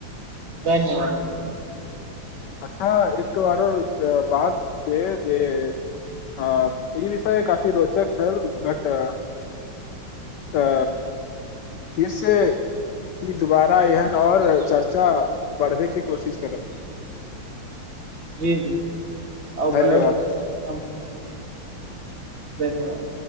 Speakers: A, on the right; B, on the left.
A: धन्यवाद धन्यवाद
B: अच्छा एक तो आरो बात छै जे ह ई विषय काफी रोचक छल बट आ फीरसँ कि दुबारा एहन आऔर चर्चा बढ़ेके कोशिश करब
A: जी जी आउ
B: धन्यवाद
A: करब हम धन्यवाद